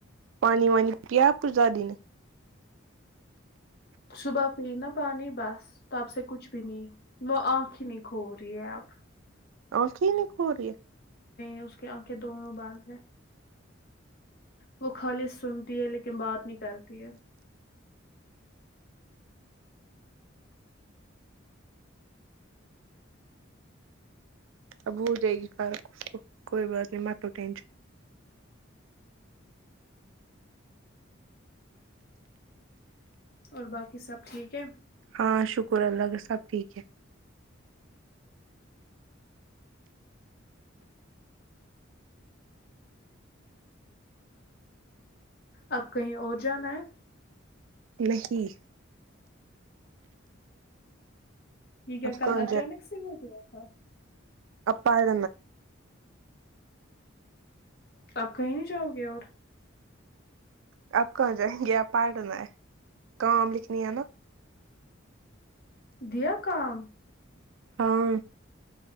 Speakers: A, on the right (about 75°); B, on the left (about 50°).
A: پانی وانی پیا آپ کی دادی نے
B: صبح پینا پانی بس تو آپ سے کچھ بھی نہیں وہ آنکھ ہی نہیں کھو رہی ہے آپ
A: آنکھی نہیں کھو رہی ہے
B: نہیں اس کی آنکھیں دونوں باند ہیں وہ خالی سنتی ہے لیکن بات نہیں کرتی ہے
A: اب ہو جائے گی فارغ اس کو کوئی بات نہیں مت دو ٹینشن
B: اور باقی سب ٹھیک ہے
A: ہاں شکر اللہ کا سب ٹھیک ہے
B: اب کہی اور جانا ہے
A: نہیں
B: ٹھیک ہے
A: آپ
B: کل
A: کہاں
B: اچانک سے ہو گیا تھا
A: اپا <unintelligible>
B: تب کہی نہیں جاؤ گے اور
A: آب کہاں جائیں گے اب پڑنے کام لکھنی ہے نا
B: دیا کام
A: ہاں